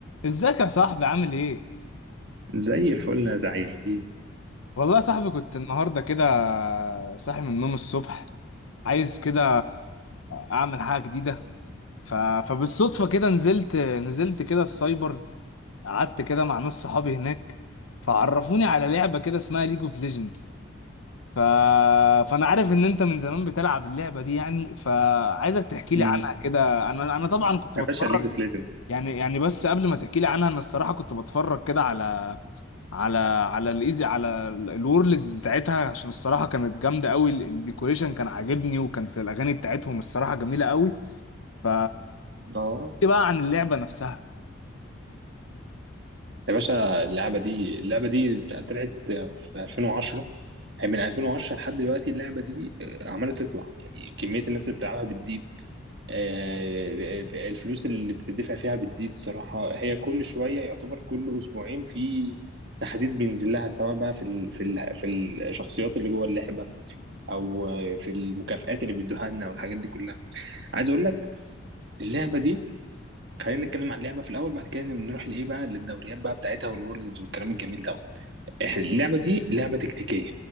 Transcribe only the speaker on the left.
ازيك يا صاحبي عامل ايه؟
والله يا صاحبي كنت النهارده كده صاحي من النوم الصبح عايز كده اعمل حاجه جديده ف... فبالصدفه كده نزلت نزلت كده السايبر قعدت كده مع ناس صحابي هناك فعرفوني على لعبه كده اسمها ليج اوف ليجندز ف... فانا عارف ان انت من زمان بتلعب اللعبه دي يعني فعايزك تحكي
لي عنها كده انا انا طبعا كنت
بتفرج
يعني يعني بس قبل ما تحكي لي عنها انا الصراحه كنت بتفرج كده على على على الايزي على الورلدز بتاعتها عشان الصراحه كانت جامده قوي ال- الديكوريشن كان عاجبني وكانت الاغاني بتاعتهم الصراحه جميله قوي ف
إيه بقى عن اللعبه نفسها